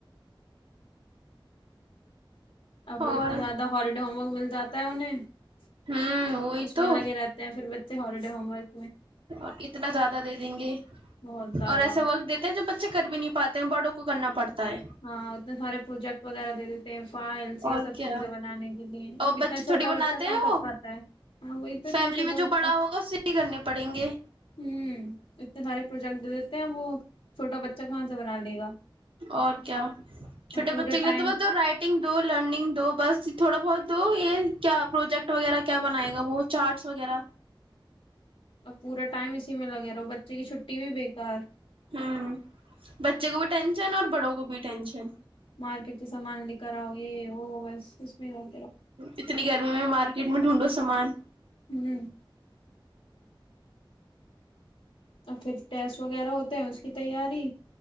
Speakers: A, on the left; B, on the right.
A: اب
B: اور
A: اتنا زیادہ ہوموارک مل جاتا <unintelligible>
B: ہوں وہی
A: اس
B: تو
A: میں لگے رہتے ہیں پھر بچے ہاللیڈ ے ھموارک
B: اور اتنا زیادہ دے دیں گے
A: بہت زیادہ
B: اور ایسے وقت دیتے ہیں جسے کر بھی نہیں پاتے ہیں بڑوں کو کرنا پڑتا ہے
A: ہاں اتنے سارے پروجیکٹ وغیرہ دے دیتے ہیں یہ
B: اور
A: سب
B: کیا
A: چیزیں بنانے کے لیے
B: اور
A: اب اتنا
B: بچے
A: چھوٹا
B: تھوڑی بناتے
A: بچہ کہاں
B: ہیں وہ
A: کر پاتا ہے ہ وہی تو اتنا
B: فیملی
A: چھوٹا
B: میں جو
A: بچہ
B: بڑا ہوگا اسے ہی کرنے پڑیں گے
A: ہ اتنے سارے جن دے دیتے ہیں وہ چھوٹا بچہ کہاں سے بنا لے گا
B: اور کیا
A: اور
B: چھٹے
A: پورا
B: بچے کے
A: ٹائم
B: لیے تو ب رائٹنگ دو لرننگ دو بس تھوڑا بہت وہ یہ کیا پروجیکٹ وغیرہ کیا بنائے گا وہ چارٹس وغیرہ
A: ا پورا ٹائم اسی میں لگے رہا بچے کی چھٹی بھی بےیکار
B: ہوں بچے کو بھی ٹینشن اور بڑوں کو بھی ٹینشن
A: مارکیٹ سے سامان لے کر آؤ یہ وہ بس اس میں رہ
B: اتنی گرمی میں مارکیٹ میں ڈھونڈو سامان
A: ہوں اور پھر ٹیسٹ وغیرہ ہوتے ہیں اس کی تیاری